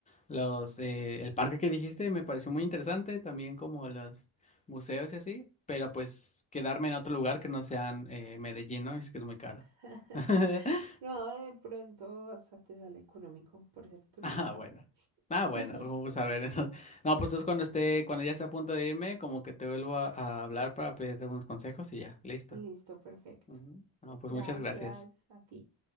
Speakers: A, on the left; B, on the right.
A: los, eh, el parque que dijiste me pareció muy interesante, también como los museos y así, pero pues quedarme en otro lugar que no sean eh, Medellín, ¿no? es que es muy caro.
B: <laughs>
A: <laughs>
B: No, de pronto hasta te sale económico por ser turista.
A: Ah, bueno. Ah, bueno,
B: <laughs>
A: vamos a ver. entonces. No, pues entonces cuando esté, cuando ya esté a punto de irme, como que te vuelvo a, a hablar para pedirte algunos consejos y ya, listo.
B: Listo, perfecto.
A: Ujú. No, pues
B: Gracias
A: muchas gracias.
B: a ti.